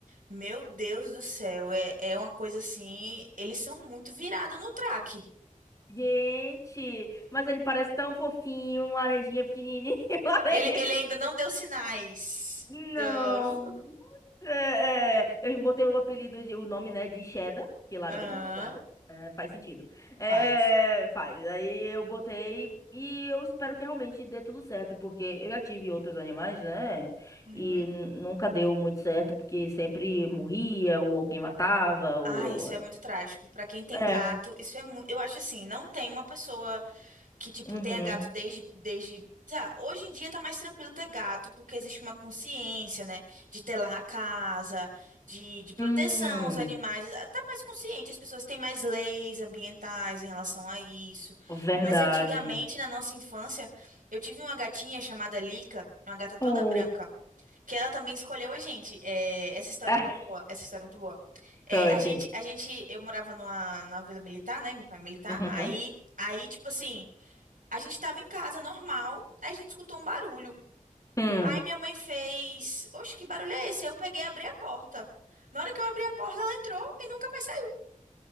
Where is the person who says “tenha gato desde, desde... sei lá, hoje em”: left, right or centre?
Right